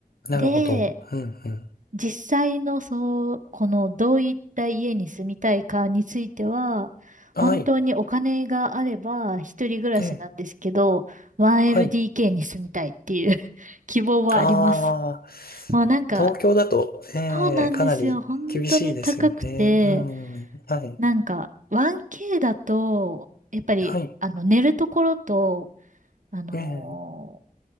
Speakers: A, on the left; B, on the right.
A: えなるほど。
B: で、
A: うん、うん。
B: 実際のそう、このどういった家に住みたいかについては、
A: はい。
B: 本当にお金があれば一人暮らしなんですけど、
A: ええ、
B: 1LDK
A: はい。
B: に住みたいっていう <laughs> 希望はあります。
A: ああ、
B: もうなんか、
A: 東京だと、ええ、
B: そうなんですよ。
A: かなり厳しいですよね。
B: 本当に高くて、
A: うん、はい。
B: なんか 1K だと、やっぱりあの寝るところと、
A: はい。
B: あのー
A: ええ、